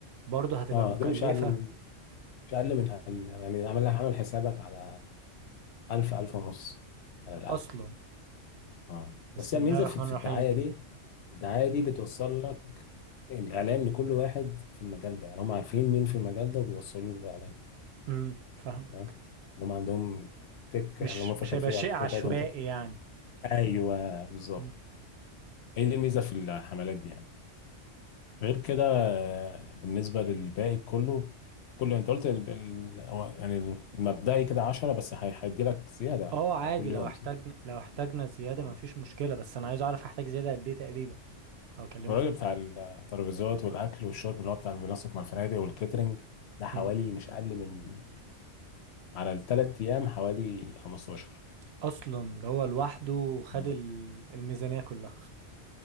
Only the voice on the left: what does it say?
اه
ده مش اقل من مش أقل من يعني عامل عامل حسابك على 1000 1000 ونص على الأقل
اه
بس هي
الميزة
في في
الدعاية
دي الدعاية دي بتوصل لك الإعلان لكل واحد في المجال ده يعني هم عارفين مين في المجال ده وبيوصلوا له الإعلان
تمام اللي هم عندهم تك
يعني هم في
خلفية
على الخلفية
بتاعتهم تك
أيوه بالظبط
هي دي الميزة في الحملات دي يعني. غير كده آه، بالنسبة للباقي كله كله انت قلت ال... ال... هو يعني المبدئي كده 10 بس هي- هيدي لك زيادة
على
كل
يوم
صح؟
اه
الراجل
بتاع
الترابيزات والأكل والشرب اللي هو بتاع المنسق مع الفنادق والكاترينج ده حوالي
مش أقل من على الثلاث أيام حوالي 15
اه